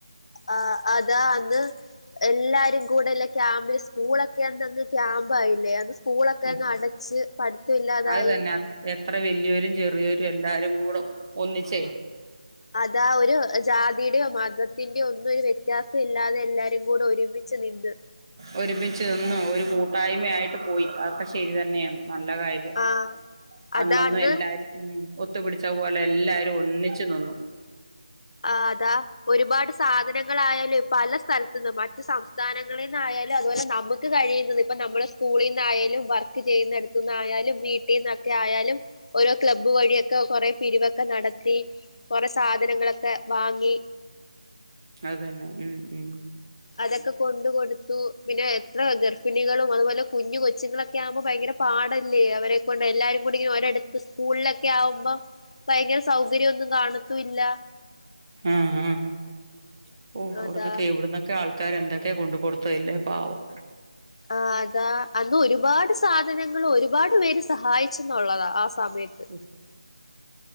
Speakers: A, on the left; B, on the right.
A: ആഹ് അതാ അന്ന്‌ എല്ലാരും കൂടെല്ല ക്യാമ്പില് സ്കൂളൊക്കെയന്നങ്ങ് ക്യാമ്പായില്ലേ അന്ന് സ്കൂളൊക്കെ
B: ഉം
A: അങ്ങ് അടച്ച് പഠിത്തഇല്ലാതായി
B: അത് തന്നെ എത്ര വല്ല്യോരും ചെറിയോരും എല്ലാരും കൂട ഒന്നിച്ചേ
A: അതാ ഒരു ജാതിയുടെയോ മതത്തിന്റെയോ ഒന്നും ഒരു വ്യത്യാസഇല്ലാതെ എല്ലാരും കൂട ഒരുമി മിച്ച് നിന്ന്
B: ഒരുമിച്ച് നിന്ന്‌ ഒരു കൂട്ടായ്മയായിട്ട് പോയി അതൊക്കെ ശരി തന്നെയാണ് നല്ല കാര്യം
A: ആ
B: അന്നൊന്ന്
A: അതാ അന്ന്
B: എല്ലാരും ഉം ഒത്തു പിടിച്ച പോലെ എല്ലാരും ഒന്നിച്ച് നിന്നു
A: ആഹ് അതാ ഒരുപാട് സാധനങ്ങളായാലും പല സ്ഥലത്തി ന്നും മറ്റു സം സ്ഥാനങ്ങളിൽ ന്നായാലും അതുപോലെ നമുക്ക് കഴിയുന്നത് ഇപ്പ നമ്മള സ്കൂളീന്നായാലും വർക്ക് ചെയ്യുന്നെട ന്നായാലും വീട്ടീന്നൊക്കെ ആയാലും ഓരോ ക്ലബ്ബ് വഴിയൊക്കെ കുറേ പിരിവൊക്കെ നടത്തി കൊറേ സാധനങ്ങളൊക്കെ വാങ്ങി
B: അതന്നെ ഉം ഉം
A: അതൊക്കെ കൊണ്ടു കൊടുത്തു പിന്നെ എത്ര ഗർഭിണികളും അതുപോലെ കുഞ്ഞു കൊച്ചുങ്ങളൊ ക്കെ ആകുമ്പോ ഭയങ്കര പാടല്ലേ അവരെ കൊണ്ട് എല്ലാരും കൂടി ഇങ്ങനെ ഒരിടത്ത് സ്കൂളിലൊക്കെ ആകുമ്പം ഭയങ്കര സൗകര്യംഒന്നും കാണത്തു ഇല്ല
B: ആഹ് ആഹ് ഓ അവിടന്നൊക്കെ
A: അതാ
B: എവിടന്നൊക്കെ ആൾക്കാര് എന്തൊക്കെയാ കൊണ്ട് കൊടു ത്തല്ലേ പാവം
A: ആഹ് അതാ അന്ന് ഒരുപാട് സാധനങ്ങൾ ഒരുപാട് പേര് സഹായിച്ചെന്നുള്ളതാ ആ സമയത്ത്
B: ഉം